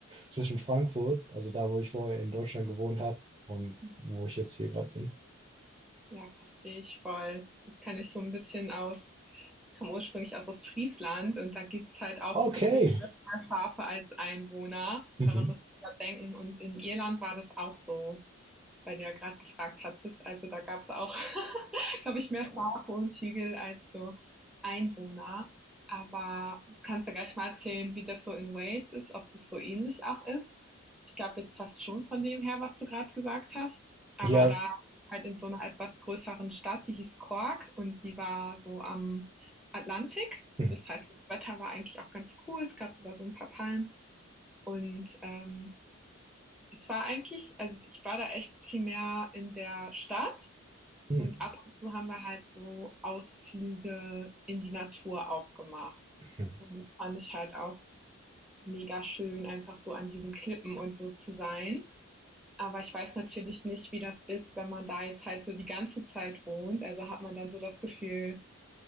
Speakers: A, on the right; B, in the centre.
A: zwischen Frankfurt, also da, wo ich vorher in Deutschland gewohnt habe und
B: hm,
A: wo ich jetzt hier gerade bin.
B: Ja, verstehe ich voll. Das kann ich so ein bisschen aus. Ich komme ursprünglich aus Ostfriesland und da gibt es halt auch
A: Okay.
B: gefühlt mehr Schafe als Einwohner.
A: Mhm.
B: Daran muss ich ja denken. Und in Irland war das auch so. weil du ja gerade gefragt hattest. Also da gab es auch, <laughs> glaube ich, mehr Schafe und Hügel als so Einwohner. Aber du kannst ja gleich mal erzählen, wie das so in Wales ist, ob das so ähnlich auch ist. Ich glaube jetzt fast schon von dem her, was du gerade gesagt hast. Aber
A: Ja.
B: da halt in so einer etwas größeren Stadt, die hieß Cork und die war so am Atlantik.
A: Mhm.
B: Das heißt, das Wetter war eigentlich auch ganz cool. Es gab sogar so ein paar Palmen. Und ähm, es war eigentlich also ich war da echt primär in der Stadt
A: Mhm.
B: und ab und zu haben wir halt so Ausflüge in die Natur auch gemacht.
A: Mhm.
B: Und das fand ich halt auch mega schön, einfach so an diesen Klippen und so zu sein. Aber ich weiß natürlich nicht, wie das ist, wenn man da jetzt halt so die ganze Zeit wohnt. Also hat man dann so das Gefühl,